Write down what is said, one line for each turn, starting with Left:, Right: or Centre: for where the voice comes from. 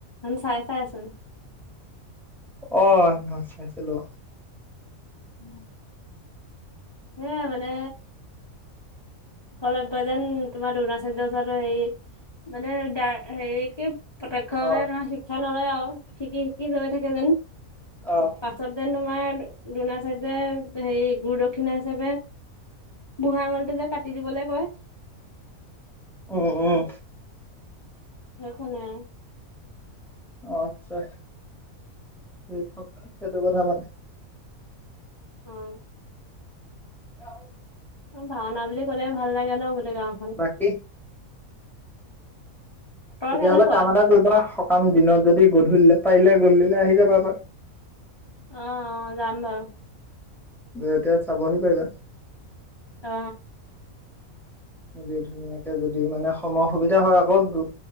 Left: চাই চাই আছে।
Centre: অ হেফন চাইছিলোঁ।
Left: উম হেয়া মানে একলব্য যেন তোমাৰ দৰণাচাৰ্য ওচৰত হেৰি মানে দা হেৰি কি প্ৰতক্ষ্য
Centre: অ
Left: ভাৱে তোমাৰ শিক্ষা নলয় আৰু শিকি শিকি ৰৈ থাকে যেন
Centre: অ
Left: পাছত যেন তোমাৰ দুনাচাৰ্য্যই যে হেৰি গুৰু দক্ষিণা হিচাপে বুঢ়া আঙুলিটো যে কাটি দিবলে কয়।
Centre: উম উম
Left: সেইখনে
Centre: আচ্ছা হেখন সেইটো কথা মানে।
Left: অহ
Centre: অ
Left: ভাওনা বুলি ক'লে ভাল লাগে ন গোটেই গাওখন।
Centre: বাকী তেতিয়াহ'লে
Left: কেনেকুৱা
Centre: কাম এটা কৰিবা সকাম দিনত যদি গধূলিলে পাৰিলে গধুলিলে আহি যাবা এপাক
Left: অ অ যাম বাৰু।
Centre: এতিয়া চাবহি পাৰিবা।
Left: অ
Centre: মিলি ধুনীয়াকে যদি মানে সময় সুবিধা হয়। আকৌ দু